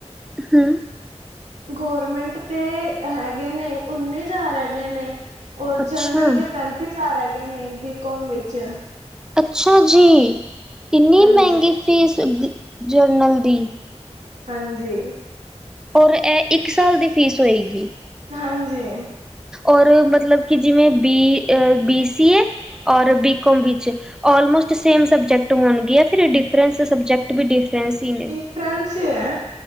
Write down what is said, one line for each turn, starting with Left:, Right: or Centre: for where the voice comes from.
Centre: ਹੂੰ
Right: ਗਰਮੈਂਟ ਤੇ ਹੈਗੇ ਨੇ, ਉੱਨੀ ਹਜ਼ਾਰ ਹੈਗੇ ਨੇ। ਹੋਰ
Centre: ਅੱਛਾ
Right: ਜਨਰਲ ਦੇ ਪੈਂਤੀ ਹਜਾਰ ਹੈਗੇ ਨੇ ਬੀਕੋਮ ਵਿੱਚ।
Centre: ਅੱਛਾ ਜੀ! ਇਨੀ
Right: ਹਾਂਜੀ
Centre: ਮੈਂਗੀ ਫੀਸ ਜ-ਜਰਨਲ ਦੀ।
Right: ਹਾਂਜੀ।
Centre: ਔਰ ਐ ਇੱਕ ਸਾਲ ਦੀ ਫੀਸ ਹੋਏਗੀ?
Right: ਹਾਂਜੀ।
Centre: ਔਰ ਮਤਲਬ ਕਿ ਜਿਵੇਂ ਬੀ ਅ-ਬੀ ਸੀ ਏ ਔਰ ਬੀਕੋਮ ਵਿੱਚ ਆਲਮੋਸਟ ਸੇਮ ਸਬਜੈਕਟ ਹੋਣਗੇ ਯਾ ਫਿਰ ਡਿਫਰੈਂਸ ਸਬਜੈਕਟ ਵੀ ਡਿਫਰੈਂਸ ਹੀ ਨੇ?
Right: ਡਿਫਰੈਂਸ ਈ ਐ।